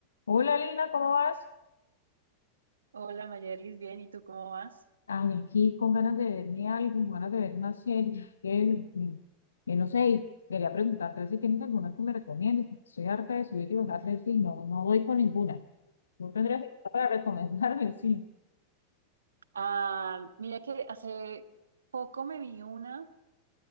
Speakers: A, on the left; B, on the right.
A: Hola Lina, ¿cómo vas?
B: Hola Mayerlis, bien, ¿y tú cómo vas?
A: Ay, aquí con ganas de verme algo, con ganas de ver una serie. Que, mm, que no sé, y quería preguntarte si tienes alguna que me recomiendes. Soy harta de subir y bajar Netflix, no, no doy con ninguna. No tendrías que para recomendarme, <laughs> sí.
B: Ah, mira que hace poco me vi una,